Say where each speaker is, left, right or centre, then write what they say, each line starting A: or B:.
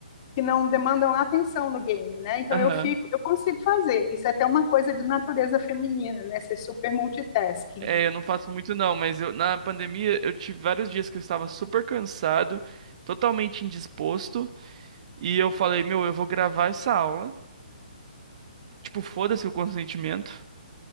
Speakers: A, on the left; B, on the right.
A: que não demandam atenção no game, né? Então
B: Aham.
A: eu fico, eu consigo fazer. Isso é até uma coisa de natureza feminina, né? Ser super multitasking.
B: É, eu não faço muito não, mas eu, na pandemia eu tive vários dias que eu estava super cansado, totalmente indisposto, e eu falei, meu, eu vou gravar essa aula, tipo, foda-se o consentimento,